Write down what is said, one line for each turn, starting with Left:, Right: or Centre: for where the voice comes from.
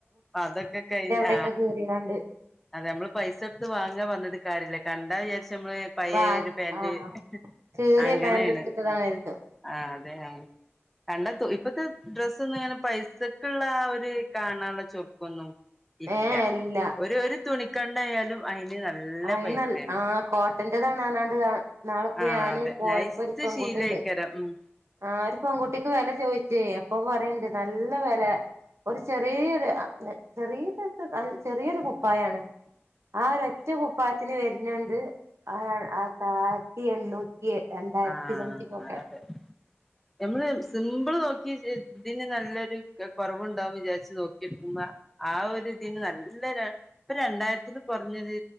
Centre: ഇപ്പ അതൊക്കെ കഴിഞ്ഞാണ്ട്
Right: വ്ടെക്കെ കീറി കാണ്ട്
Centre: അതെ നമ്മൾ പൈസ കൊട്ത്ത് വാങ്ങാ പർൺട്ട് കാര്യ ഇല്ല കണ്ടാ വിചാര്‌ച്ചും ഞമ്മള് പഴെ
Right: വാ
Centre: ഒരു പാന്റ്-
Right: ആഹ് കീറിയ
Centre: അങ്ങനെയാണ്
Right: പാന്റ് എടുത്തിട്ടതാണരുത്
Centre: ആ അതേയാ കണ്ടാ തൊ ഇപ്പത്തെ ഡ്രസ്സ് ഒന്നും പൈസക്കുള്ള ആ ഒരു കാണാനുള്ള ചുറുക്കൊന്നും- ഇല്ല
Right: ഏഹ് അല്ല
Centre: ഒരു ഒരു തുണിക്കണ്ടായാലും അയിന് നല്ല
Right: ആയിന്നല
Centre: പൈസയാണ്
Right: <unintelligible> ആ കോട്ടൻ്റെതാണ് നാള ഇപ്പ
Centre: ആ
Right: ഞാന്
Centre: അതെ
Right: പോയപ്പോ
Centre: നൈസ്
Right: <unintelligible> പെൺകുട്ടിണ്ട്
Centre: ശീലയ്ക്കാരം ഉം
Right: ആ ഒരു പെൺകുട്ടിക് വെല ചോയിച്ചേ അപ്പൊ പറയ്ണ്ട് നല്ല വെല ഒരു ചെറിയൊരു ആഹ് ചെറിയ <unintelligible> ചെറിയൊരു കുപ്പായാണ് ആ ഒരൊറ്റ കുപ്പായത്തിന് വര്ന്ണ്ട് ആ ആതാ ആത്തി എണ്ണൂറ്റി- രണ്ടായിരത്തി
Centre: ആഹ്
Right: സംതിങ് ഒക്കെ
Centre: അതെ ഞമ്മള് സിമ്പിൾ നോക്കി ഇതിന് നല്ലൊ കൊറവുണ്ടാവു വിചാരിച്ചു നോക്കിട്ട് മ്പ ആ ഒരു ഇതിന് നല്ല ഇപ്പ രണ്ടായിരത്തിൽ കൊറഞ്ഞൊരു